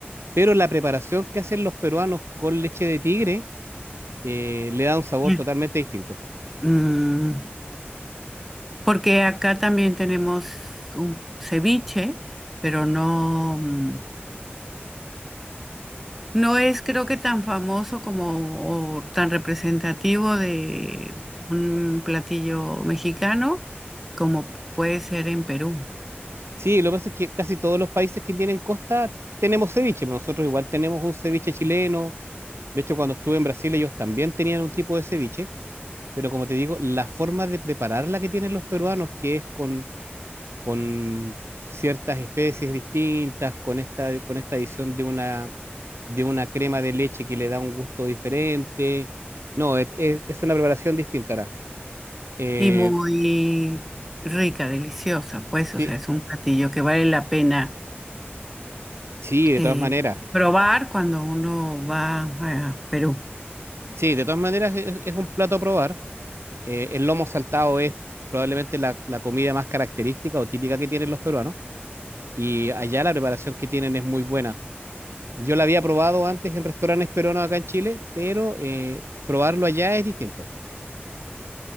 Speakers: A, on the right; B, in the centre.
A: Pero la preparación que hacen los peruanos con leche de tigre eh, le da un sabor
B: Sí.
A: totalmente distinto.
B: Mm, porque acá también tenemos un ceviche, pero no, mm, no es creo que tan famoso como o tan representativo de un platillo mexicano como puede ser en Perú.
A: Sí, lo que pasa es que casi todos los países que tienen costa tenemos ceviche, pero nosotros igual tenemos un ceviche chileno. De hecho, cuando estuve en Brasil, ellos también tenían un tipo de ceviche, pero como te digo, la forma de prepararla que tienen los peruanos, que es con, con ciertas especies distintas, con esta, con esta adición de una, de una crema de leche que le da un gusto diferente. No, es, es- es una preparación distinta. Ara. Eh,
B: Y muy rica, deliciosa, pues,
A: sí,
B: o sea, es un platillo que vale la pena
A: sí, de
B: eh,
A: todas maneras.
B: probar cuando uno va a Perú.
A: Sí, de todas maneras es, es un plato a probar. Eh, el lomo saltado es probablemente la, la comida más característica o típica que tienen los peruanos. Y allá la preparación que tienen es muy buena. Yo la había probado antes en restaurantes peruanos acá en Chile, pero eh, probarlo allá es distinto.